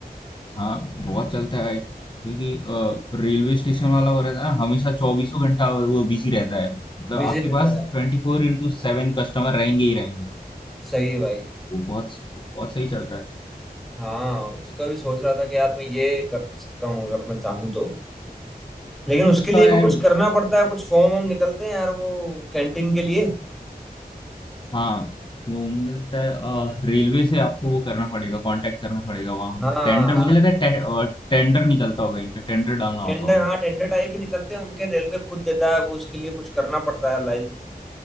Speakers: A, on the left; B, in the centre.
A: हाँ बहुत चलता है भाई क्योंकि रेलवे स्टेशन वाला हो रहता है ना हमेशा चौबीसों घंटा वो बिजी रहता है मतलब
B: बिजी
A: आपके
B: रहता
A: पास
B: है
A: ट्वेंटी फोर इंटू सेवन कस्टमर रहेंगे ही रहेंगे
B: सही है भाई
A: वो बहुत बहुत सही चलता है
B: हाँ उसका भी सोच रहा था कि यार मैं ये कर सकता हूँ अगर मैं चाहूँ तो लेकिन
A: लेकिन
B: उसके
A: उसका
B: लिए
A: यार
B: भी कुछ करना पड़ता है कुछ फॉर्म वॉर्म निकलते हैं यार वो कैंटीन के लिए
A: हाँ वो मुझे लगता है रेलवे से आपको वो करना पड़ेगा कांटेक्ट करना पड़ेगा वहाँ
B: हाँ
A: टेंडर मुझे लगता है टे, अ, टेंडर निकलता होगा इनका टेंडर डालना होता
B: टेंडर
A: होगा
B: हाँ टेंडर टाइप ही निकलते हैं उनके रेलवे खुद देता है वो उसके लिए कुछ करना पड़ता है लाइन